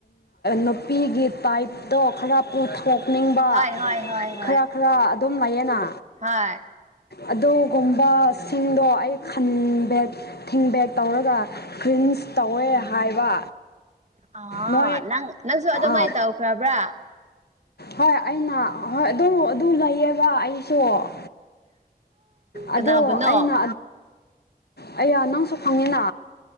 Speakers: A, on the left; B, on the right.
A: ꯅꯨꯄꯤꯒꯤ ꯒꯤ ꯄꯥꯏꯞꯇꯣ ꯈꯔ ꯄꯨꯊꯣꯛꯅꯤꯡꯕ
B: ꯍꯣꯏ ꯍꯣꯏ ꯍꯣꯏ ꯍꯣꯏ
A: ꯈꯔ ꯈꯔ ꯑꯗꯨꯝ ꯂꯩꯌꯦꯅ
B: ꯍꯣꯏ
A: ꯑꯗꯨꯒꯨꯝꯕꯁꯤꯡꯗꯣ ꯑꯩ ꯈꯟꯕꯦ ꯊꯤꯡꯕꯦꯗ ꯇꯧꯔꯒ ꯀ꯭ꯔꯤꯟ ꯇꯧꯋꯦ ꯍꯥꯏꯕ
B: ꯑꯥ
A: ꯅꯣ
B: ꯅꯪ ꯅꯪꯁꯨ ꯑꯗꯨꯃꯥꯏꯅ
A: ꯑꯥ
B: ꯇꯧꯈ꯭ꯔꯕ꯭ꯔꯥ
A: ꯍꯣꯏ ꯑꯩꯅ ꯍꯣꯏ ꯑꯗꯨꯝ ꯑꯗꯨ ꯂꯩꯑꯕ ꯑꯩ ꯁꯣ ꯑꯗꯣ
B: ꯀꯅꯥꯕꯨꯅꯣ
A: ꯑꯩꯅ ꯑꯩꯌꯥ ꯅꯪꯁꯨ ꯈꯪꯉꯤꯅ